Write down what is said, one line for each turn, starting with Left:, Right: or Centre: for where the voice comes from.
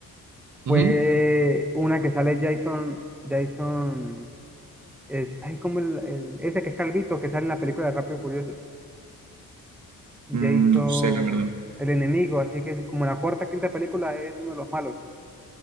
Centre: Fue
Right: Ujú.
Centre: una que sale Jason, Jason, es, ay, como el, el- ese que es calvito, que sale en la película de Rápido y Furioso, Jason,
Right: Mm, No sé, la verdad.
Centre: el enemigo, así que como la cuarta, quinta película es uno de los malos,